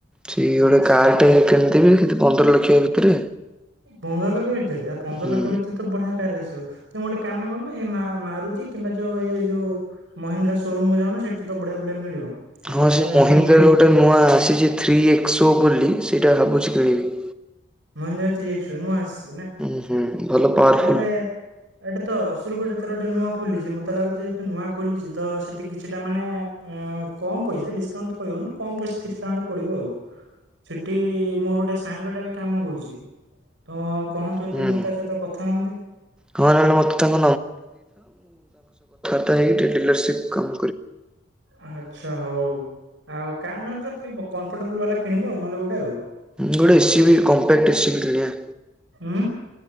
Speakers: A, in the centre; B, on the right.
A: ସେଇ ଗୋଟେ
B: ଆଚ୍ଛା
A: କାଟେ ହେଇ କେଣିବ। ପନ୍ଦର ଲକ୍ଷ ଭିତରେ।
B: ପନ୍ଦର ଲକ୍ଷ ଭିତରେ ଆ ପନ୍ଦର
A: ହୁଁ।
B: ଲକ୍ଷ ଭିତରେ ତ ବଢିଆ କାରେ ଆସିବ। ତୁ ଗୋଟେ କାମ କରୁନୁ ଏଇ ମା ମାରୁତି କିମ୍ବା ଯୋଉ ଏଇ ଯୋଉ ମହିନ୍ଦ୍ରା ସୋରୁମକୁୁ ଯାଉନ ସେଠି ତ ବଢିଆ ବଢିଆ ମିଳିବ। ଆମର
A: ହଁ ସେ
B: ତ ଏଠି
A: ମହିନ୍ଦ୍ରାରୁ
B: ହିଁ
A: ଗୋଟେ ନୂଆ ଆସିଛି ଥ୍ରୀ ଏକ୍ସୋ ବୋଲି। ସେଇଟା ଭାବୁଛି କିଣିବି।
B: ମହିନ୍ଦ୍ରା ର ଥ୍ରୀ ଏକ୍ସୋ ନୂଆ ଆସ
A: ହୁଁ ହୁଁ। ଭଲ ପାୱାରଫୁଲ୍
B: ଆଉ ତାହେଲେ ଏଇଟେ ତ ରସୁୁଲଗଡରେ ଏଥର ଗୋଟେ ନୂଆ। ଖୋଲିଛି ମତେ ଲାଗୁଛି ଯେହେତୁ ନୂଆ ଖୋଲିଛି ତ ସେଠି କିଛିଟା ମାନେ କମ ପଇସା ଡିସକାଉଣ୍ଟ ତ କହିହବନି କମ ପଇସା କିଛିଟା ଖଣ୍ଡେ ପଡିବ ଆଉ ସେଠି ମୋର ଗୋଟେ ସାଙ୍ଗ ଟା ବି କାମ କରୁଛି ତ। କହନ୍ତୁ ଯଦି
A: ହୁଁ।
B: ମୁଁ। କଥା ହନ୍ତି।
A: ହଁ ନହେଲେ ମୋତେ ତାଙ୍କ ତ ହେଇଟି ଡିଲର୍ସିପ୍ କମ୍।
B: ଆଚ୍ଛା ହଉ। ଆଉ କାର୍ ମାନେ ପୁରା ଫ୍ରି କମ୍ଫର୍ଟେବୁଲ ବାଲା କିଣିବ ଆଉ ନହେଲେ ଗୋଟେ ଆଉ।
A: ଗୋଟେ A C B compact A C ବି କିଣଆ।
B: ହୁଁ।